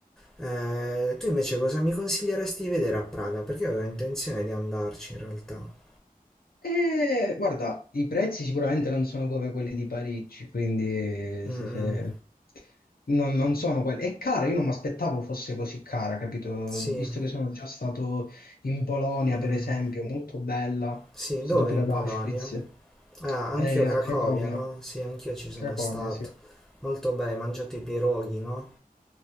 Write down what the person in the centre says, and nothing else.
Eh, tu invece cosa mi consiglieresti di vedere a Praga? Perché io avevo intenzione di andarci in realtà.
Mm,
mm.
Sì,
mm.
Sì,
dove
in
Polonia?
Ah, anch'io
Cracovia,
no? Sì, anch'io ci sono
stato.
Molto bene, hai mangiato i pierogi, no?